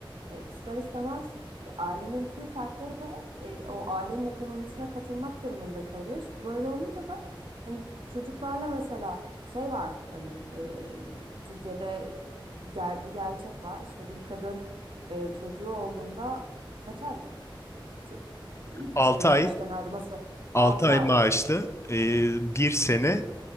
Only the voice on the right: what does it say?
E, ister istemez ailenin tüm fertleri de e, o ailenin ekonomisine katılmak durumunda kalıyor. Şimdi böyle olunca da hani çocuklarla mesela şey var hani e, Türkiye'de ger bir gerçek var. İşte bir kadın e, çocuğu olduğunda kaç ay ço- e,
şeyden
işten ayrılması
6
ay.